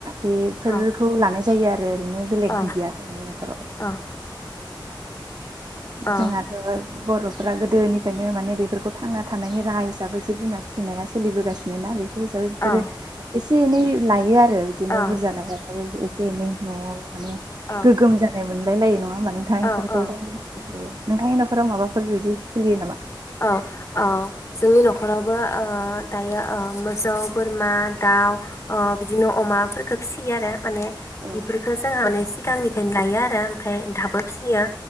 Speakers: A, on the right (about 55°); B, on the left (about 35°).
A: बेफोरखौ
B: औ
A: लानाय जा जायो आर। ओमफ्राय ओरैनो बेलेग
B: औ
A: गैया जोंहानि न'खराव।
B: औ औ
A: जोंहाथ बर फोरा गोदोनिफ्रायनो माने बेफोरखौ थांना थानायनि राहा हिसाबै जिब जुनार फिसिनाया सोलिबोगासिनो ना बे <unintelligible> बेफोरो
B: औ
A: एसे एनै बिनो आरो बिदिनो
B: औ
A: बुरजा लायाब्लाबो एसे एनै नवाव माने
B: औ
A: गोगोम जानाय मोनलाय लायो नङा ओमबा नोंथां
B: औ
A: इफोरखौ
B: औ
A: जों नोंथांनि नखराव माबाफोर बिबदि सोलियो नामा?
B: औ अ जोंनि नखरावबो ओ दायो ओ मोसौ बोरमा दाउ ओ बिदिनो अमाफोरखो फिसियो आरो माने
A: औ
B: बिफोरखो जोंहा माने सिगांनि फेन लायो आरो ओमफ्राय दाबो फिसियो।